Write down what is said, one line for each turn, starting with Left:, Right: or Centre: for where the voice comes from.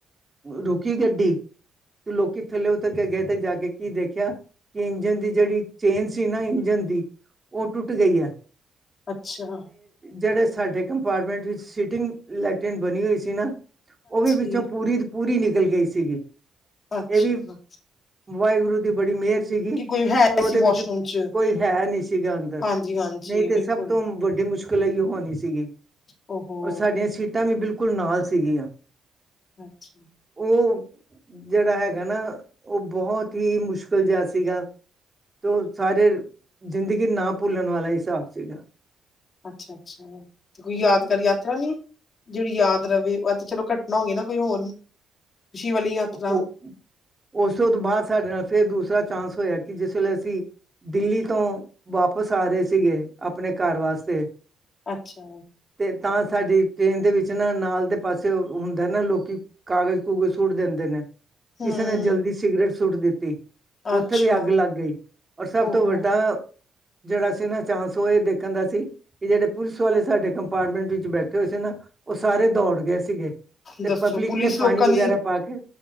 Right: ਰੁਕੀ ਗੱਡੀ ਤੇ ਲੋਕੀ ਥੱਲੇ ਉਥ ਕੇ ਗਏ ਤੇ ਜਾ ਕੇ ਕੀ ਦੇਖ ਖਿਆ ਕਿ ਇੰਜਣ ਦੀ ਜਿਹੜੀ ਚੇਨ ਸੀ ਨਾ ਇੰਜਨ ਦੀ ਉਹ ਟੁੱਟ ਗਈ ਹੈ।
Left: ਅੱਛਾ
Right: ਜਿਹੜੇ ਸਾਡੇ ਕੰਪਾਰਟਮੈਂਟ ਵਿੱਚ ਸੀਟਿੰਗ ਲੈਟਰਿਨ ਬਣੀ ਹੋਈ ਸੀ ਨਾ ਉਹ ਵੀ ਵਿੱਚੋਂ
Left: ਹਾਂਜੀ
Right: ਪੂਰੀ ਦੀ ਪੂਰੀ ਨਿਕਲ ਗਈ ਸੀਗੀ।
Left: ਅੱਛਾ
Right: ਇਹ ਵੀ ਵਾਹਿਗੁਰੂ ਦੀ ਬੜੀ ਮਿਹਰ ਸੀਗੀ ਕਿ
Left: ਕੋਈ ਹੈ
Right: ਉਹਦੇ
Left: ਸੀ ਵਾਸ਼ਰੂਮ
Right: ਵਿੱਚ
Left: ਚ
Right: ਕੋਈ ਹੈ ਨੀ ਸੀਗਾ ਅੰਦਰ,
Left: ਹਾਂਜੀ, ਹਾਂਜੀ
Right: ਨਹੀਂ
Left: ਬਿਲਕੁਲ
Right: ਤੇ ਸਭ ਤੋਂ ਵੱਡੀ ਮੁਸ਼ ਕਿਲ ਇਹੀਓ ਹੋਣੀ ਸੀਗੀ
Left: ਓਹੋ
Right: ਔਰ ਸਾਡੀਆਂ ਸੀਟਾਂ ਵੀ ਬਿਲਕੁਲ ਨਾਲ ਸੀਗੀਆ।
Left: ਅੱਛਾ
Right: ਉਹ ਜਿਹੜਾ ਹੈਗਾ ਨਾ ਉਹ ਬਹੁਤ ਹੀ ਮੁਸ਼ ਸ਼ਕਲ ਜਿਹਾ ਸੀਗਾ ਤੇ ਸਾਰੇ ਜ਼ਿੰਦਗੀ ਨਾ ਭੁੱਲਣ ਵਾਲਾ ਹਿਸਾਬ ਸੀਗਾ।
Left: ਅੱਛਾ-ਅੱਛਾ ਤੇ ਕੋਈ ਯਾਦਗਾਰੀ ਯਾਤਰਾ ਨੀ ਜਿਹੜੀ ਯਾਦ ਰਵੇ ਏਹ ਤੇ ਚਲੋ ਘਟਨਾ ਹੋ ਗ ਨਾ ਕੋਈ ਹੋਰ ਖ਼ੁਸ਼ੀ ਵਾਲੀ ਯਾਤਰਾ।
Right: ਉਹ ਉਸ ਤੋਂ ਬਾਦ ਸਾਡੇ ਨਾਲ ਫੇਰ ਦੂਸਰਾ ਚਾਂਸ ਹੋਇਆ ਕਿ ਜਿਸਲੇ ਅਸੀ ਦਿੱਲੀ ਤੋਂ ਵਾਪਿਸ ਆ ਰਹੇ ਸੀਗੇ ਆਪਣੇ ਘਰ ਵਾਸਤੇ।
Left: ਅੱਛਾ।
Right: ਤੇ ਤਾਂ ਸਾਡੀ ਟ੍ਰੇਨ ਦੇ ਵਿੱਚ ਨਾ ਨਾਲ ਦੇ ਪਾਸੇ ਹੁੰਦਾ ਨਾ ਲੋਕੀ ਕਾਗਜ਼ ਕੂਗਜ਼ ਸੁੱਟ ਦਿੰਦੇ ਨੇ ਕਿਸੇ
Left: ਹੂੰ
Right: ਕਿਸੇ ਨੇ ਜਲਦੀ ਸਿਗਰਟ ਸੁੱਟ ਦਿੱਤੀ।
Left: ਅੱਛਾ
Right: ਉੱਥੇ ਵੀ ਅੱਗ ਲੱਗ ਗਈ ਔਰ ਸਭ
Left: ਓਹੋ
Right: ਤੋਂ ਵੱਡਾ ਜਿਹੜਾ ਸੀਨਾ ਚਾਂਸ ਉਹ ਇਹ ਦੇਖਣ ਦਾ ਸੀ ਕਿ ਜਿਹੜੇ ਪੁਲਿਸ ਵਾਲੇ ਸਾਡੇ ਕੰਪਾਰਟਮੈਂਟ ਵਿੱਚ ਬੈਠੇ ਹੋਏ ਸੀ ਨਾ ਉਹ ਸਾਰੇ ਦੌੜ ਗਏ ਸੀਗੇ ਤੇ
Left: ਦੱਸੋ
Right: ਪਬਲਿਕ
Left: ਪੁਲਿਸ
Right: ਨੇ
Left: ਲੋਕਾਂ
Right: ਪਾਣੀ ਵਗੈਰਾ
Left: ਦੀ
Right: ਪਾ ਕੇ